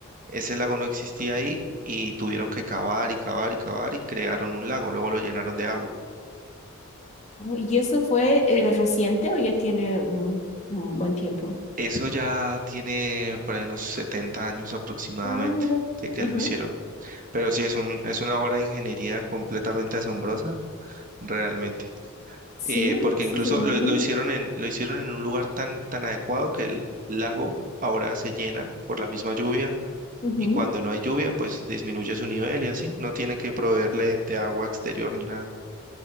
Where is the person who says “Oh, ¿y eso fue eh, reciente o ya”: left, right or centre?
Left